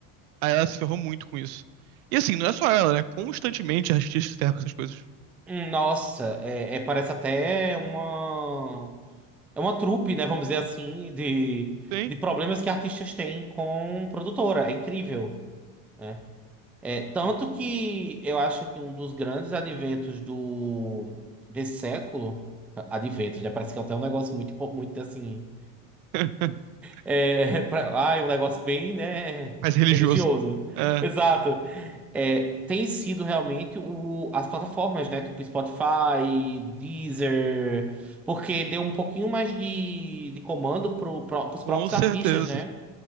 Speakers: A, on the right (about 70°); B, in the centre.
A: aí ela se ferrou muito com isso. E assim, não é só ela, né? Constantemente a artista se ferra com essas coisas.
B: Hum, Nossa, é, é- parece até uma. É uma trupe, né? Vamos dizer assim, de,
A: Sim.
B: de problemas que artistas têm com produtora. É incrível, né? É, tanto que eu acho que um dos grandes adventos do, desse século. Adventos, né? Parece que é até um negócio muito, muito assim.
A: <laughs>
B: É, <laughs> pra, ai, um negócio bem, né,
A: Mais religioso.
B: religioso.
A: É,
B: Exato. É, tem sido realmente o, as plataformas, né, tipo Spotify, Deezer, porque deu um pouquinho mais de, de comando pro, pro, pros
A: com
B: próprios
A: certeza.
B: artistas, né,